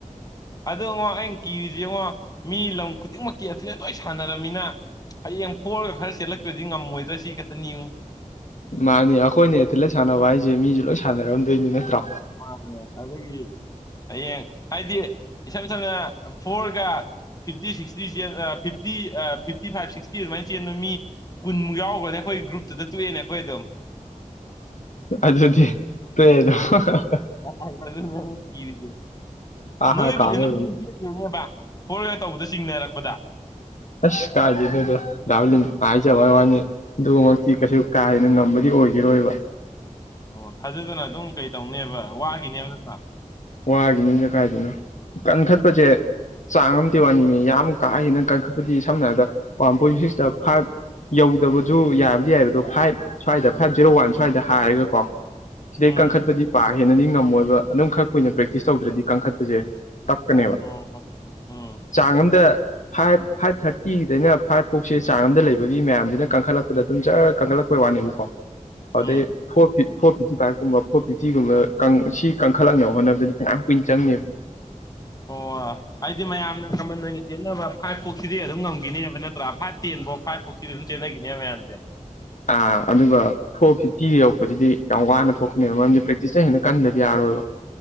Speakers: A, on the left; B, on the left.
A: ꯑꯗꯨꯉꯣ ꯑꯩꯅ ꯀꯤꯔꯤꯁꯤ ꯌꯦꯡꯉꯣ ꯃꯤ ꯂꯝ ꯈꯨꯗꯤꯡꯃꯛꯀꯤ ꯑꯊ‌ꯦꯂ‌ꯦꯠ ꯂꯣꯏ ꯁꯥꯟꯅꯔꯝꯃꯤꯅ ꯍꯌꯦꯡ ꯄ‌ꯣꯔꯒ ꯈꯔ ꯆꯦꯜꯂꯛꯇ꯭ꯔꯗꯤ ꯉꯝꯃꯣꯏꯗ꯭ꯔꯥ ꯁꯤ ꯈꯛꯇꯅꯤꯉ‌ꯣ
B: ꯃꯥꯅꯦ ꯑꯩꯈꯣꯏꯅ ꯑꯦꯊꯦꯂꯦꯠ ꯁꯥꯟꯅꯕ ꯍꯥꯏꯖ‌ꯦ ꯃꯤꯁꯨ ꯂꯣꯏ ꯁꯥꯟꯅꯔꯝꯗꯣꯏꯅꯤ ꯅꯠꯇ꯭ꯔꯣ
A: ꯃꯥꯅꯦ ꯑꯗꯨꯒꯤ ꯍꯌꯦꯡ ꯍꯥꯏꯗꯤ ꯏꯁꯝ ꯁꯝꯅ ꯐꯣꯔꯒ ꯐꯤꯞꯇꯤ ꯁꯤꯛꯁꯇꯤ ꯆ‌ꯦꯟ ꯐꯤꯞꯇꯤ ꯑꯥ ꯐꯤꯞꯇꯤ ꯐꯥꯏꯚ ꯁꯤꯛꯁꯇꯤ ꯑꯗꯨꯃꯥꯏꯅ ꯆꯦꯟꯕ ꯃꯤ ꯀꯨꯟꯃꯨꯛ ꯌꯥꯎꯈ꯭ꯔ‌ꯣꯅꯦ ꯑꯩꯈꯣꯏ ꯒ꯭ꯔꯨꯞꯇꯨꯗ ꯇꯣꯛꯑꯦꯅꯦ ꯑꯩꯈꯣꯏ ꯑꯗꯨꯝ
B: ꯑꯗꯨꯗꯤ ꯇ‌ꯣꯛꯑꯦꯗ‌ꯣ
A: ꯑ ꯀꯤꯗꯤ
B: ꯑꯥ
A: ꯅꯣꯏꯕꯨꯗꯤ
B: ꯍꯥ ꯀꯥꯝꯃꯔꯣꯏ
A: ꯅꯪꯅꯦꯕ ꯐꯣꯔꯋꯦꯔ ꯇꯧꯕꯗ ꯆꯤꯡꯅꯔꯛꯄꯗ
B: ꯑꯁ ꯀꯥꯏ ꯑꯗꯨꯗꯗ ꯗꯥꯥꯎꯂꯤ ꯍꯥꯏꯥꯏꯆꯥ ꯕꯕꯥꯅꯤ ꯑꯗꯨꯃꯛꯇꯤ ꯀꯩꯁꯨ ꯀꯥ ꯍꯦꯟꯅ ꯉꯝꯕꯗꯤ ꯑꯣꯏꯈꯤꯔꯣꯏꯕ
A: ꯑꯣ ꯊꯥꯖꯗꯅ ꯑꯗꯨꯝ ꯀꯩ ꯇꯧꯅꯦꯕ ꯋꯥꯒꯤꯅꯦꯕ ꯅꯠꯇ꯭ꯔꯥ
B: ꯋꯥꯒꯤꯅꯤꯒ ꯀꯥꯏꯗꯅꯣ ꯀꯟꯈꯠꯄꯁꯦ ꯆꯥꯡ ꯑ ꯋꯥꯅꯤꯅꯦ ꯌꯥꯝ ꯀꯥꯑꯒꯦ ꯅꯪ ꯀꯟꯈꯠꯄꯗꯤ ꯁꯝꯅ ꯍꯥꯏꯔꯕꯗ ꯋꯥꯟ ꯄꯣꯏꯟ ꯁꯤꯛꯁꯇ ꯐꯥꯏꯚ ꯌꯧꯗꯕꯁꯨ ꯌꯥꯕꯗꯤ ꯌꯥꯏꯕ ꯑꯗꯣ ꯐꯥꯏꯚ ꯁ꯭ꯋꯥꯏꯗ ꯐꯥꯏꯚ ꯖꯤꯦꯔꯣ ꯋꯥꯟ ꯁ꯭ꯋꯥꯏꯗ ꯍꯥꯏꯔꯒꯀꯣ ꯁꯤꯗꯩ
A: ꯎꯝ
B: ꯀꯟꯈꯠꯄꯗꯤ ꯄꯥ ꯍꯦꯟꯅꯗꯤ ꯉꯝꯃꯣꯏꯕ ꯑꯗꯨꯝ ꯈꯔ ꯀꯨꯏꯅ ꯄ꯭ꯔꯦꯛꯇꯤꯁ ꯇꯧꯗ꯭ꯔꯗꯤ ꯀ ꯀꯥꯡꯈꯠꯄꯁꯦ ꯇꯞꯀꯅꯦꯕ
A: ꯑꯣ ꯎꯝ
B: ꯆꯥꯡ ꯑꯝꯗ ꯐꯥꯏꯚ ꯐꯥꯏꯚ ꯊꯥꯔꯇꯤꯗꯩꯅ ꯐꯥꯏꯚ ꯐꯣꯛꯁꯦ ꯆꯥꯡ ꯑꯃꯝꯗ ꯂꯩꯕꯒꯤ ꯃꯌꯥꯝꯁꯤꯅ ꯀꯟꯈꯠꯂꯛꯄꯗ ꯑꯗꯨꯝ ꯖ ꯀꯟꯈꯠꯂꯛꯄ ꯑꯩꯈꯣꯏ ꯋꯥꯅꯦꯕꯀꯣ ꯑꯗꯨꯗꯩ
A: ꯎꯝ
B: ꯐꯣꯔ ꯐꯤꯠ ꯐꯣꯔ ꯐꯤꯠꯤ ꯀꯥꯏꯔꯀꯨꯝꯕ ꯐꯣꯔ ꯐꯤ ꯁꯤꯒꯨꯝꯕ ꯁꯤ ꯀꯟꯈꯠꯂꯛꯅꯕ ꯍꯣꯠꯅꯕꯗꯗꯤ ꯀꯌꯥꯝ ꯀꯨꯏꯟ ꯆꯪꯉꯦꯕ
A: ꯑꯣ ꯍꯥꯏꯗꯤ ꯃꯌꯥꯝꯅ ꯀꯃꯟ ꯑꯣꯏꯅ ꯆꯦꯟꯅꯅꯕ ꯐꯥꯏꯚ ꯐꯣꯛꯁꯤꯗꯤ ꯑꯗꯨꯝ ꯉꯝꯈꯤꯅꯦꯕ ꯅꯠꯇ ꯄꯨꯔꯥ ꯐꯥꯏꯚ ꯇꯦꯟ ꯐꯥꯎ ꯐꯥꯏꯚ ꯐꯣꯔꯇꯤ ꯑꯗꯨꯝꯦꯟꯅꯈꯤꯅꯦꯕ ꯃꯌꯥꯝꯁꯦ
B: ꯑꯥ ꯑꯗꯨꯒ ꯐꯣꯔ ꯐꯤꯐꯇꯤꯗ ꯌꯧꯔꯛꯄꯁꯤꯗꯤ ꯌꯥꯝ ꯋꯥꯅ ꯊꯣꯛꯀꯅꯦꯕ ꯃꯔꯝꯗꯤ ꯄ꯭ꯔꯦꯛꯇꯤꯁꯅ ꯍꯦꯟꯅ ꯀꯟꯕꯗꯤ ꯌꯥꯔꯣꯏꯕ